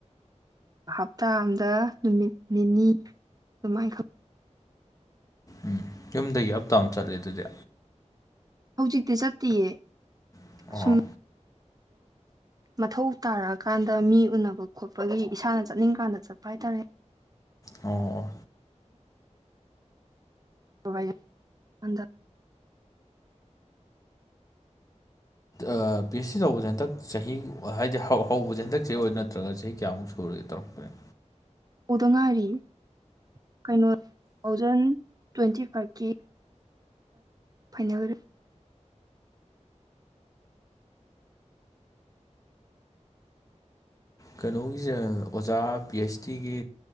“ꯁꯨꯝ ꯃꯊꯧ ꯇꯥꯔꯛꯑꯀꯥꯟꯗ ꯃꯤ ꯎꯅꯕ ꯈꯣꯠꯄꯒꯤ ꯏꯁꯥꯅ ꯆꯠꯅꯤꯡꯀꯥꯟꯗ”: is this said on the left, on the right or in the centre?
Right